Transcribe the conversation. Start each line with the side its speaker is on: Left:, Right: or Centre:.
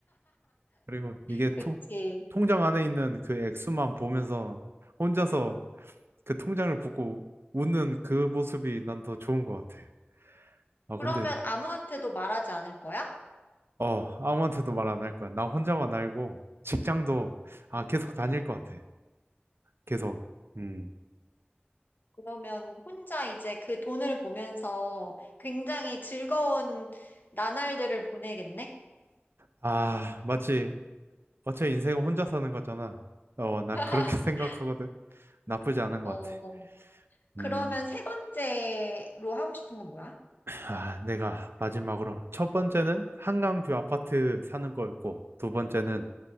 Right: 그리고 이게
Left: 그치.
Right: 통 통장 안에 있는 그 액수만 보면서 혼자서 그 통장을 보고 웃는 그 모습이 난 더 좋은 것 같아. 아
Left: 그러면
Right: 근데
Left: 아무한테도 말하지 않을 거야?
Right: 어 아무한테도 말 안 할 거야. 나 혼자만 알고 직장도 아 계속 다닐 것 같아. 계속 음.
Left: 그러면 혼자 이제 그 돈을 보면서 굉장히 즐거운 나날들을 보내겠네?
Right: 아, 마치 어차피 인생은 혼자 사는 거잖아. 어, 난
Left: <laughs>
Right: 그렇게 <laughs> 생각하거든. 나쁘지 않은 것
Left: 어,
Right: 같아.
Left: 그러면
Right: 음,
Left: 세 번째로 하고 싶은 건 뭐야?
Right: 아, 내가 마지막으로 첫 번째는 한강뷰 아파트 사는 거였고, 두 번째는